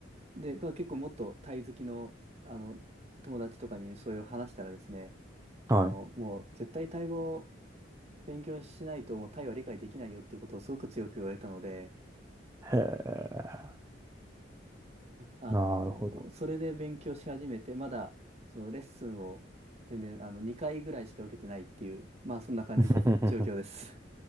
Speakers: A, on the right; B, on the right.
A: で、まあ、結構もっとタイ好きの、あの、友達とかにそういう話したらですね、あの、
B: はい。
A: もう絶対タイ語を勉強しないともうタイは理解できないよっていうことをすごく強く言われたので、
B: へえ、
A: あの、
B: なるほど。
A: それで勉強し始めて、まだそのレッスンを全然あの2回ぐらいしか受けてないっていう、まあそんな感じの状況です。
B: <laughs>